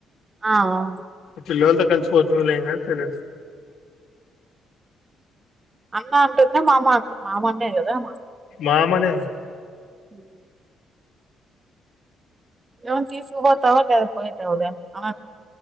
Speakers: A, on the right; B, on the left.
A: ఆ అవ్
B: పల్లవాళ్లతో కలిసిపోవతలేంగా సరే
A: అన్న అంటుంద మామ అంటుంది మామ అన్నే కదా మా
B: మామ నే
A: ఉమ్ ఎవను తీసుూబతవా లేద్ పోయిట్ అద అ